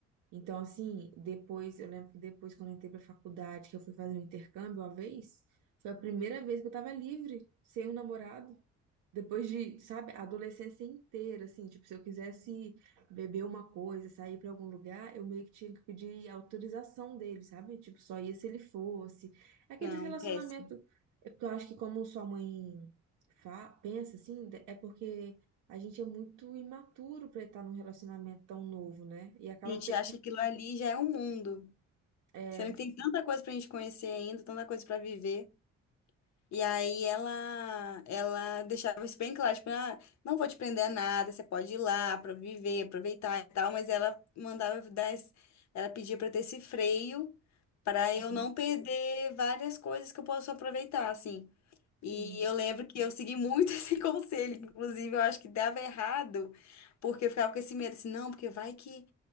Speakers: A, on the right; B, on the left.
A: Então, assim, depois, eu lembro que depois, quando eu entrei pra faculdade, que eu fui fazer um intercâmbio uma vez, foi a primeira vez que eu tava livre, sem um namorado. Depois de, sabe, a adolescência inteira, assim, tipo, se eu quisesse beber uma coisa, sair pra algum lugar, eu meio que tinha que pedir autorização dele, sabe? Tipo, só ia se ele fosse. aquele
B: Não,
A: relacionamento,
B: péssimo.
A: é porque eu acho que como sua mãe fa pensa assim, de- é porque a gente é muito imaturo pra estar num relacionamento tão novo, né? E acaba
B: A gente
A: per-
B: acha que aquilo ali já é um mundo.
A: é,
B: Sendo que tem tanta coisa pra gente conhecer ainda, tanta coisa pra viver. E aí ela ela deixava isso bem claro, tipo, ah, não vou te prender a nada, você pode ir lá para viver, aproveitar e tal, mas ela mandava eu dar, esse- ela pedia para ter esse freio para
A: sim.
B: eu não perder várias coisas que eu posso aproveitar, assim.
A: sim.
B: E eu lembro que eu segui muito <laughs> esse conselho, inclusive eu acho que dava errado, porque eu ficava com esse medo, assim, não, porque vai que